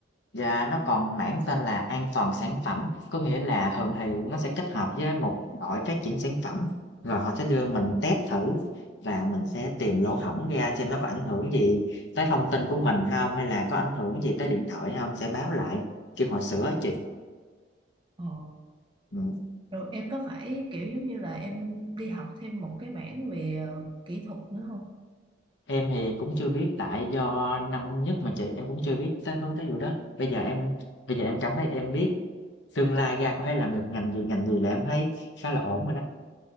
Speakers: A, on the left; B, on the right.
A: Dạ, nó còn mảng tên là an toàn sản phẩm, có nghĩa là thường thì nó sẽ kết hợp với một đội phát triển sản phẩm, rồi họ sẽ đưa mình test thử và mình sẽ tìm lỗ hổng ra xem nó có ảnh hưởng gì tới thông tin của mình không hay là có ảnh hưởng gì tới điện thoại không, sẽ báo lại, kêu họ sửa á chị.
B: Ờ.
A: Ừm.
B: Rồi em có phải kiểu giống như là em đi học thêm một cái mảng về ờ, kỹ thuật nữa không?
A: Em thì cũng chưa biết tại do năm nhất mà chị em cũng chưa biết tới hướng tới vụ đó. Bây giờ em bây giờ em cảm thấy em biết tương lai ra có thể làm được ngành gì ngành gì là em thấy khá là ổn rồi đó.